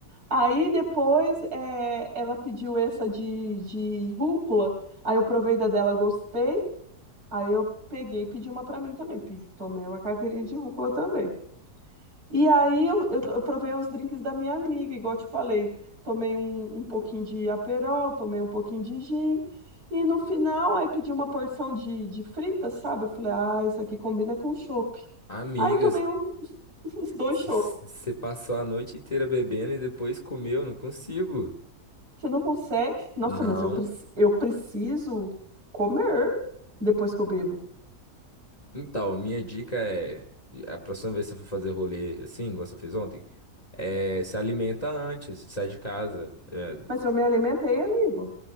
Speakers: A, on the right; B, on the left.
A: Aí depois eh, ela pediu essa de, de rúcula. Aí eu provei da dela, gostei. Aí eu peguei e pedi uma pra mim também. pe- Tomei uma caipirinha de rúcula também. E aí eu, eu, eu provei os drinks da minha amiga, igual eu te falei. Tomei um, um pouquinho de Aperol, tomei um pouquinho de gin. E no final, aí pedi uma porção de, de frita, sabe? Eu falei, ah, isso aqui combina com chopp.
B: Amigas,
A: Aí tomei um, <laughs> os dois
B: você passou a noite inteira bebendo e depois comeu? Não consigo.
A: Você não consegue. Nossa,
B: Não.
A: mas eu, preci- eu preciso comer depois que eu bebo.
B: Então, minha dica é, a próxima vez que você for fazer rolê assim, igual você fez ontem, é, se alimenta antes, sai de casa. É,
A: Mas eu me alimentei, amigo.